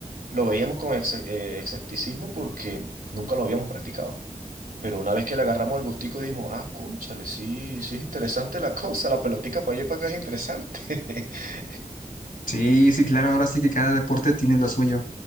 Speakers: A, on the right (about 75°); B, on the left (about 75°).
A: lo veíamos con ex- eh, escepticismo porque nunca lo habíamos practicado. Pero una vez que le agarramos el gustico, dijimos, ah, cónchale, sí, sí es interesante la cosa, la pelotica para allá y para acá es interesante. <laughs>
B: Sí, sí, claro, ahora sí que cada deporte tiene lo suyo.